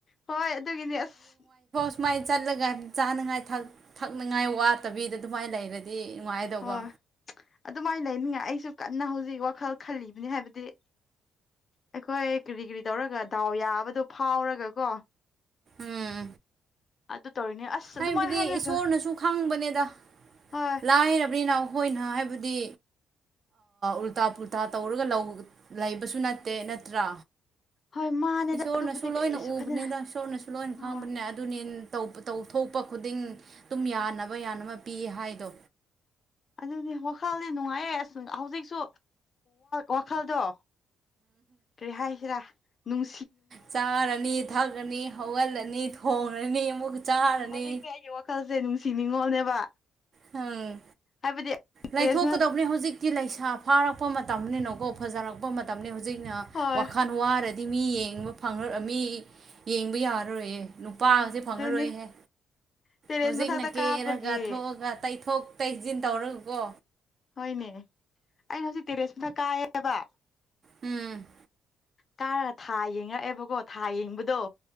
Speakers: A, on the left; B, on the right.
A: ꯍꯣꯏ ꯑꯗꯨꯒꯤꯅꯦ ꯑꯁ
B: ꯁꯨꯃꯥꯏꯅ ꯆꯠꯂꯒ ꯆꯥꯅꯉꯥꯏ ꯊꯛꯅꯉꯥꯏ ꯋꯥꯠꯇꯕꯤꯗ ꯑꯗꯨꯃꯥꯏꯅ ꯂꯩꯔꯗꯤ ꯅꯨꯡꯉꯥꯏꯗꯧꯕ
A: ꯍꯣꯏ ꯑꯗꯨꯃꯥꯏꯅ ꯂꯩꯅꯤꯡꯉ ꯑꯩꯁꯨ ꯀꯟꯅ ꯍꯧꯖꯤꯛ ꯋꯥꯈꯜ ꯈꯜꯂꯤꯕꯅꯤ ꯍꯥꯏꯕꯗꯤ ꯑꯩꯈꯣꯏ ꯀꯔꯤ ꯀꯔꯤ ꯇꯧꯔꯒ ꯗꯥꯎ ꯌꯥꯕꯗꯣ ꯐꯥꯎꯔꯒ ꯀꯣ
B: ꯎꯝ
A: ꯑꯗꯨ ꯇꯧꯔꯤꯅꯦ ꯑꯁ ꯑꯗꯨꯃꯥꯏꯅ
B: ꯍꯥꯏꯕꯗꯤ
A: ꯍꯥꯏꯔꯒ
B: ꯏꯁꯣꯔꯅꯁꯨ ꯈꯪꯕꯅꯦꯗ
A: ꯍꯣꯏ
B: ꯂꯥꯏꯔꯕꯅꯤ ꯅꯥꯎ ꯑꯩꯈꯣꯏꯅ ꯍꯥꯏꯕꯗꯤ ꯎꯜꯇꯥ ꯄꯨꯜꯇꯥ ꯇꯧꯔꯒ ꯂꯩꯕꯁꯨ ꯅꯠꯇꯦ ꯅꯠꯇ꯭ꯔꯥ
A: ꯍꯣꯏ ꯃꯥꯅꯦꯗ
B: ꯏꯁꯣꯔꯅꯁꯨ
A: ꯑꯗꯨꯕꯨꯗꯤ
B: ꯂꯣꯏꯅ
A: ꯀꯩꯁꯨ
B: ꯎꯕꯅꯤꯗ
A: ꯈꯟꯅ
B: ꯏꯁꯣꯔꯅꯁꯨ ꯂꯣꯏꯅ
A: ꯑ
B: ꯈꯪꯕꯅꯤ ꯑꯗꯨꯅꯤ ꯇꯧꯕ ꯇꯧꯊ ꯊꯣꯛꯄ ꯈꯨꯗꯤꯡ ꯑꯗꯨꯝ ꯌꯥꯅꯕ ꯌꯥꯅꯕ ꯄꯤ ꯍꯥꯏꯗꯣ
A: ꯑꯗꯨ ꯋꯥꯈꯜꯗꯤ ꯅꯨꯡꯉꯥꯏꯌꯦꯦ ꯑꯁ ꯍꯧꯖꯤꯛꯁꯨ ꯋꯥꯈꯜꯗꯣ ꯀꯔꯤ ꯍꯥꯏꯁꯤꯔꯥꯅꯨꯡ
B: ꯆꯥꯔꯅꯤ ꯊꯛꯑꯅꯤ ꯍꯧꯒꯠꯂꯅꯤ ꯊꯣꯡꯡꯂꯅꯤ ꯑꯃꯨꯛ ꯆꯥꯔꯅꯤ
A: ꯍꯧꯖꯤꯛꯁꯦ ꯑꯩꯒꯤ ꯋꯥꯈꯜꯁꯦ ꯅꯨꯡꯁꯤ ꯅꯤꯉꯣꯜꯅꯦꯕ
B: ꯎꯝ
A: ꯍꯥꯏꯕꯗꯤ
B: ꯂꯩꯊꯣꯛꯀꯗꯕꯅꯦ
A: ꯇꯦꯔꯦꯁꯅ
B: ꯍꯧꯖꯤꯛꯇꯤ ꯂꯩꯁꯥ ꯐꯥꯔꯛꯄ ꯃꯇꯝꯅꯤꯅꯀꯣ ꯐꯖꯔꯛꯄ ꯃꯇꯝꯅꯤ ꯍꯧꯖꯤꯛꯅ
A: ꯍꯣꯏ
B: ꯋꯥꯈꯜ ꯋꯥꯔꯗꯤ ꯗꯤ ꯃꯤ ꯌꯦꯡꯕ ꯐ ꯃꯤ ꯌꯦꯡꯕ ꯌꯥꯔꯔꯣꯏꯌꯦ ꯄꯥꯁ ꯐꯪꯉꯔꯣꯏꯍꯦ
A: ꯑꯗꯨꯅꯤ ꯇꯦꯔꯦꯁ
B: ꯍꯧꯖꯤꯛꯅ
A: ꯃꯊꯛꯇ ꯀꯥꯞꯄꯒꯤ
B: ꯀꯦꯔꯒ ꯊꯣꯛꯑꯒ ꯇꯩꯊꯣꯛ ꯇꯩꯖꯤꯟ ꯇꯧꯔꯒ ꯀꯣ
A: ꯍꯣꯏꯅꯦ ꯑꯩꯅ ꯍꯧꯖꯤꯛ ꯇꯦꯔꯦꯁ ꯃꯊ ꯀꯥꯏꯌꯦꯕ
B: ꯎꯝ
A: ꯀꯥꯔꯒ ꯊꯥ ꯌꯦꯡꯉꯛꯑꯦꯕꯀꯣ ꯊꯥ ꯌꯦꯡꯕꯗꯣ